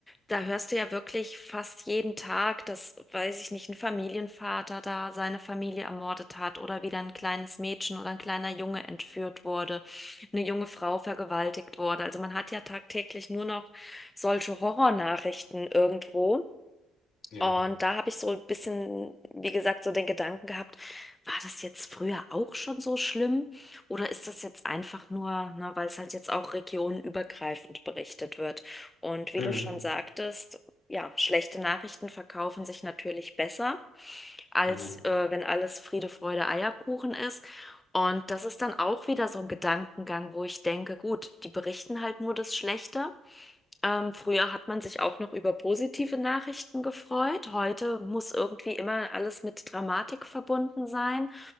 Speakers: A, on the left; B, on the left.
A: da hörst du ja wirklich fast jeden Tag, dass, weiß ich nicht, ein Familienvater da seine Familie ermordet hat oder wieder ein kleines Mädchen oder ein kleiner Junge entführt wurde, eine junge Frau vergewaltigt wurde. Also man hat ja tagtäglich nur noch solche Horrornachrichten irgendwo.
B: Ja.
A: Und da habe ich so ein bisschen, wie gesagt, so den Gedanken gehabt, war das jetzt früher auch schon so schlimm oder ist das jetzt einfach nur, ne, weil es halt jetzt auch regionenübergreifend berichtet wird? Und wie
B: Hm,
A: du schon sagtest, ja, schlechte Nachrichten verkaufen sich natürlich besser, als
B: ja.
A: äh, wenn alles Friede, Freude, Eierkuchen ist. Und das ist dann auch wieder so ein Gedankengang, wo ich denke, gut, die berichten halt nur das Schlechte. Ähm, früher hat man sich auch noch über positive Nachrichten gefreut. Heute muss irgendwie immer alles mit Dramatik verbunden sein.